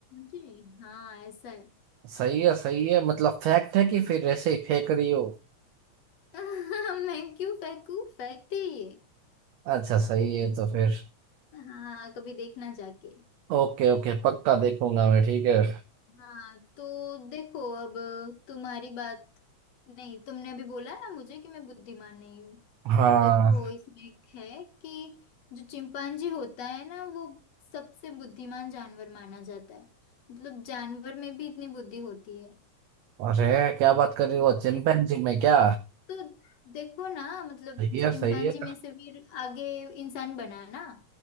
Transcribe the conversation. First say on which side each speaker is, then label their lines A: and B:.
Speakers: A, on the left; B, on the right.
A: जी हाँ ऐसा है
B: सही है सही है मतलब फैक्ट है कि फिर ऐसे ही फेंक रही हो
A: <laughs> मैं क्यों फेंकू फेंकते ही
B: अच्छा सही है तो फिर
A: है। हाँ कभी देखना जाके
B: ओके ओके पक्का देखूंगा मैं ठीक है
A: हाँ तो देखो अब तुम्हारी बात नहीं तुमने अभी बोला ना मुझे कि मैं बुद्धिमान नहीं हूँ
B: हाँ
A: तो देखो इसमें एक है कि जो चिंपांजी होता है ना वो सबसे बुद्धिमान जानवर माना जाता है मतलब जानवर में भी इतनी बुद्धि होती है
B: अरे क्या बात कर रही हो चिंपैंजी
A: देखा
B: में क्या
A: तो देखो ना मतलब
B: सही
A: चिंपांजी
B: है सही है
A: में से फिर आगे इंसान बना ना